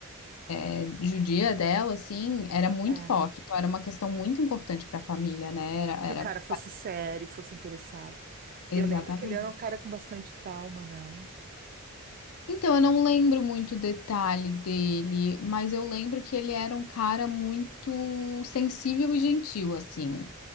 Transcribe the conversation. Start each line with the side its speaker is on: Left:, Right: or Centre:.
Left: é, judia dela, assim, era muito
Right: é
Left: forte. Então, era uma questão muito importante para a família, né? Era,
Right: que
Left: era...
Right: o cara fosse sério, fosse interessado.
Left: Exatamente.
Right: Eu lembro que ele era um cara com bastante trauma, né?
Left: Então, eu não lembro muito o detalhe dele, mas eu lembro que ele era um cara muito sensível e gentil, assim.